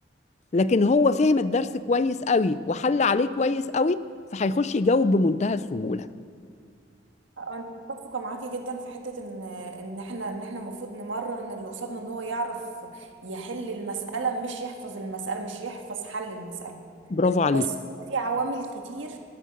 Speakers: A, on the left; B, on the right.
A: لكن هو فهم الدرس كويس قوي وحل عليه كويس قوي فهيخش يجاوب بمنتهى السهولة
B: انا متفقة معاكي جدا في حتة ان ان احنا ان احنا المفروض نمرن اللي قصادنا ان هو يعرف يحل المسألة مش يحفظ المسألة مش يحفظ حل المسألة
A: برافو عليك
B: بس في عوامل كتير